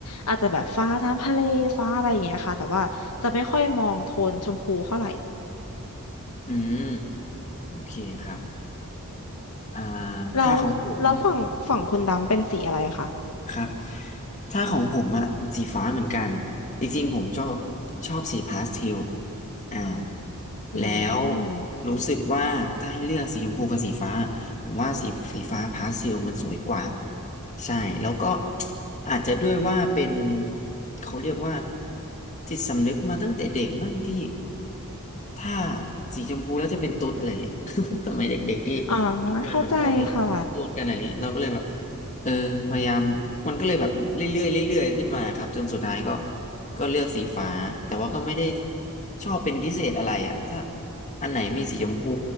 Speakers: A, on the left; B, on the left.
A: อาจจะแบบฟ้าน้ำทะเลฟ้าอะไรอย่างเงี้ยค่ะแต่ว่าจะไม่ค่อยมองโทนชมพูเท่าไหร่
B: อืม โอเคครับอ่า
A: แล้วแล้วฝั่งฝั่งคุณดำเป็นสีอะไรคะ
B: ถ้าของผม ครับถ้าของผมอะสีฟ้าเหมือนกันจริงๆผมชอบชอบสีพาสเทลอ่า
A: อืม
B: แล้วรู้สึกว่าถ้าให้เลือกสีชมพูกับสีฟ้าผมว่าสีสีฟ้าพาสเทลมันสวยกว่าใช่แล้วก็อาจจะด้วยว่าเป็นเขาเรียกว่าจิตสำนึกมาตั้งแต่เด็กมั่งที่ถ้าสีชมพูแล้วจะเป็นตุ๊ดอะไรเงี้ย <laughs> สมัยเด็กๆที่
A: อ่า
B: เพื่อนมันชอบ
A: เข้าใจค่ะ
B: พูดกันอะไรเงี้ยเราก็เลยแบบ เออพยายามมันก็เลยแบบเรื่อยๆเรื่อยๆขึ้นมาครับจนสุดท้ายก็ก็เลือกสีฟ้าแต่ว่าก็ไม่ได้ชอบเป็นพิเศษอะไรอ่ะถ้าอันไหนมีสีชมพู